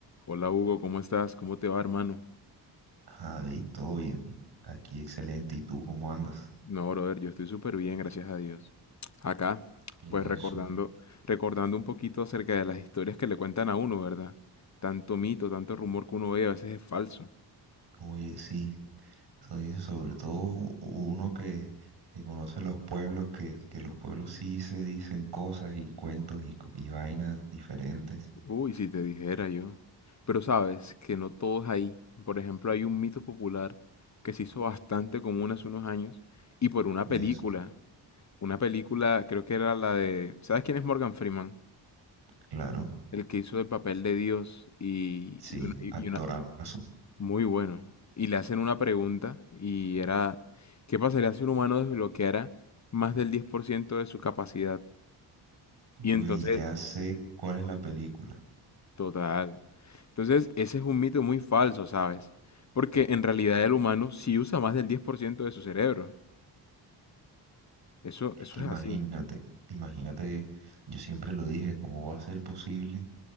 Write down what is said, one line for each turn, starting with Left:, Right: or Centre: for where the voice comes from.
Left: Hola Hugo, ¿cómo estás? ¿Cómo te va, hermano?
Right: Javi, todo bien. Aquí excelente. ¿Y tú cómo andas?
Left: No, brother, yo estoy súper bien, gracias a Dios. Acá,
Right: Y
Left: pues
Right: eso.
Left: recordando, recordando un poquito acerca de las historias que le cuentan a uno, ¿verdad? Tanto mito, tanto rumor que uno ve, a veces es falso.
Right: Oye, sí. Eso dice sobre todo u- uno que, que conoce los pueblos, que, que los pueblos sí se dicen cosas y cuentos y, co- y vainas diferentes.
Left: Uy, si te dijera yo. Pero sabes que no todos ahí. Por ejemplo, hay un mito popular que se hizo bastante común hace unos años y por una
Right: Y
Left: película.
Right: eso.
Left: Una película, creo que era la de... ¿Sabes quién es Morgan Freeman?
Right: Claro.
Left: El que hizo el papel de Dios y,
Right: Sí,
Left: y una, y-
Right: actorazo.
Left: y una- Muy bueno. Y le hacen una pregunta y era, ¿qué pasaría si un humano desbloqueara más del 10% de su capacidad? Y entonces,
Right: Uy, ya sé cuál es la película.
Left: total. Entonces, ese es un mito muy falso, ¿sabes? Porque en realidad el humano sí usa más del 10% de su cerebro. Eso,
Right: Es
Left: eso
Right: que imagínate,
Left: es así.
Right: imagínate, yo siempre lo dije, ¿cómo va a ser posible?